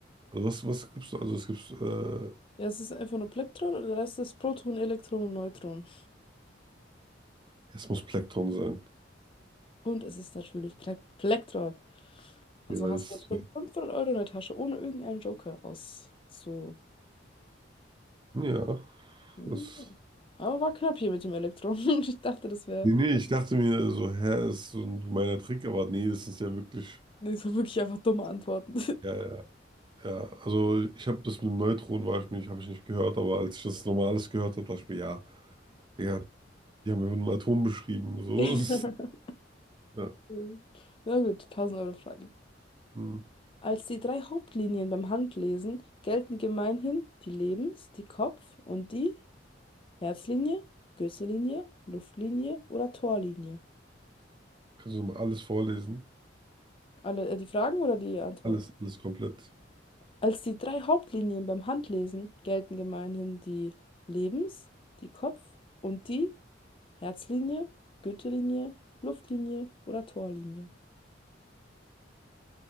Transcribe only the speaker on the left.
Ja, es ist einfach nur Plektron und der Rest ist Proton, Elektron und Neutron.
Und es ist natürlich Plek Plektron. Und
so hast du jetzt schon
500 Euro in der Tasche, ohne irgendeinen Joker auszugeben.
Hm.
Aber war knapp hier mit dem Elektro. <laughs> Ich dachte, das wäre
nicht so wirklich einfach dumme Antworten.
<laughs>
Ja. Na gut, 1000-Euro-Frage.
Als die drei Hauptlinien beim Handlesen gelten gemeinhin die Lebens-, die Kopf- und die Herzlinie, Gürtellinie, Luftlinie oder Torlinie.
Alle, äh, die Fragen oder die Antworten?
Als die drei Hauptlinien beim Handlesen gelten gemeinhin die Lebens-, die Kopf- und die Herzlinie, Gürtellinie, Luftlinie oder Torlinie.